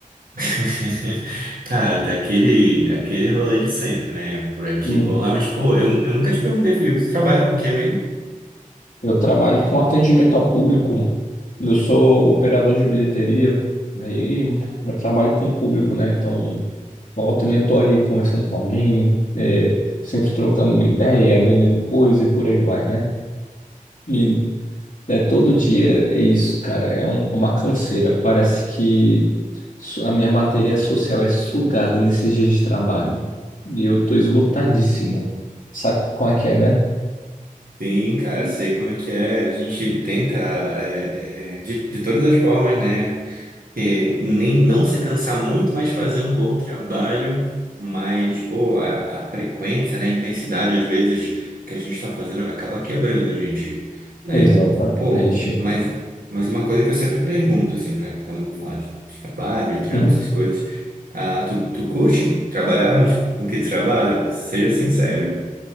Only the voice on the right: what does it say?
<laughs> Cara, tá aquele, aquele rolê de sempre, né? Por aqui,
por lá, mas, pô, eu, eu nunca te perguntei, Felipe, você trabalha com o que é mesmo?
Sim, cara, sei como é que é. A gente tenta, é, é, de, de todas as formas, né? que nem não se cansar muito, mas fazer um bom trabalho, mas pô, a, a frequência, né, a intensidade às vezes do que a gente está fazendo acaba quebrando a gente, né?
Pô, mas mas uma coisa que eu sempre pergunto assim para quando eu vou falar de trabalho, de trampo,
essas coisas, ah, tu, tu curte trabalhar com que tu trabalha? Seja sincero.